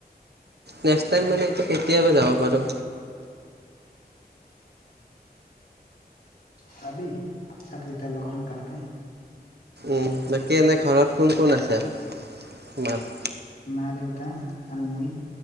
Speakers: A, on the right; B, on the left.
A: নেক্স টাইম মানে কেতিয়াবা যাব পাৰো?
B: পাবি চাকৰি এটা ল সোনকালকে
A: উম বাকী এনে ঘৰত কোন কোন আছে তোমাৰ?
B: মা- দেউতা আৰু মই